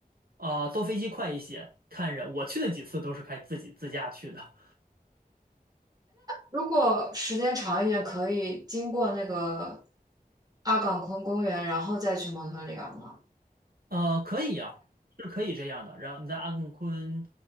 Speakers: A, on the right; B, on the right.
A: 啊、坐飞机快一些，看人，我去的几次都是开自己自驾去的，
B: 如果时间长一点，可以经过那个阿岗昆公园，然后再去蒙特利尔吗？
A: 呃，可以呀、是可以这样的。然后你在阿根昆，